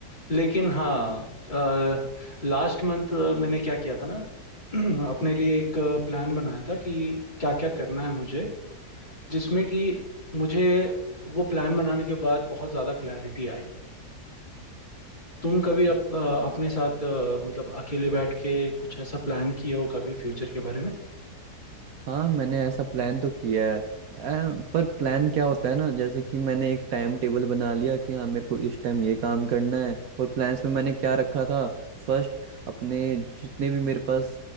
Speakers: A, on the left; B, on the right.
A: लेकिन हाँ लास्ट मंथ मैंने क्या किया था ना <clears throat> अपने लिए एक प्लान बनाया था कि क्या क्या करना है मुझे जिसमें कि मुझे वो प्लान बनाने के बाद बहुत ज़्यादा क्लैरिटी आई तुम कभी
B: हम्म,
A: अप, अ, अपने साथ अ, मतलब अकेले बैठ के कुछ ऐसा प्लान किए हो कभी फ्यूचर के बारे में
B: हाँ मैंने ऐसा प्लान तो किया है अ, पर प्लान क्या होता है ना जैसे कि मैंने एक टाइम टेबल बना लिया कि हाँ मेरे को इस टाइम ये काम करना है और प्लान्स में मैंने क्या रखा था फर्स्ट अपने जितने भी मेरे पास